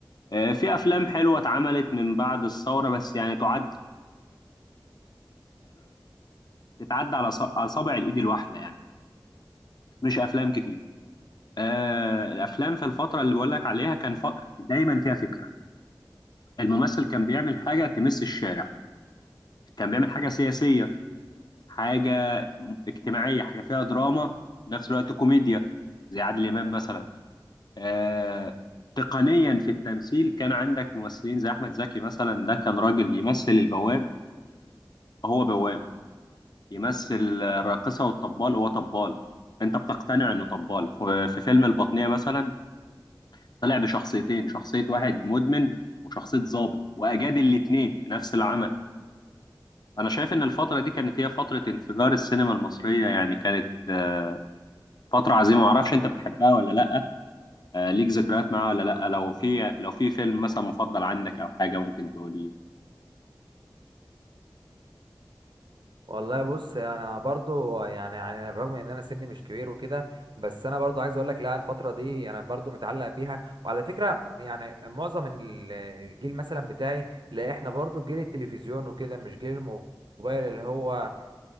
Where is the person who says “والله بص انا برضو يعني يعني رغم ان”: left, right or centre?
Right